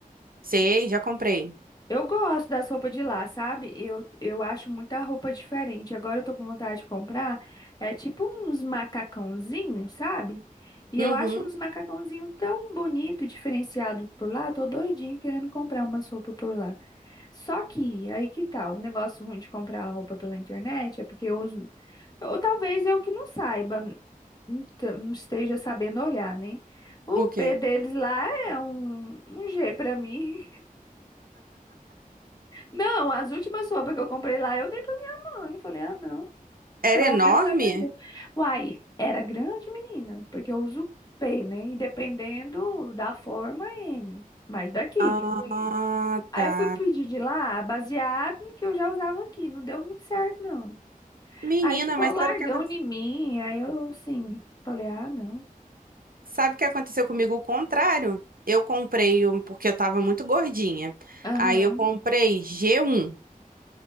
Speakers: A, on the right; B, on the left.
A: Sei, já comprei.
B: Eu gosto das roupas de lá, sabe? Eu, eu acho muita roupa diferente. Agora eu tô com vontade de comprar. É tipo uns macacãozinhos, sabe? E eu
A: Uhum.
B: acho uns macacãozinhos tão bonito, diferenciado por lá. Tô doidinha querendo comprar umas roupas por lá. Só que, aí que tal? O negócio ruim de comprar roupa pela internet é porque eu uso. Ou talvez eu que não saiba, não te- não esteja sabendo olhar, né? O
A: O quê?
B: pé deles lá é um, um G pra mim. Não, as últimas roupas que eu comprei lá, eu dei pra minha mãe. Falei, ah, não,
A: Era
B: pelo
A: enorme?
B: menos vai perder. Uai, era grande, menina, porque eu uso P, né? E dependendo da forma, M. Mas daqui
A: Ah,
B: que eu conheço. Aí
A: tá.
B: eu fui pedir de lá, baseado no que eu já usava aqui. Não deu muito certo, não.
A: Menina,
B: Aí ficou
A: mas
B: largão
A: sabe o que aconteceu?
B: em mim. Aí eu, assim, falei, ah, não.
A: Sabe o que aconteceu comigo? O contrário. Eu comprei, um- porque eu tava muito gordinha.
B: Aham,
A: Aí eu comprei g um.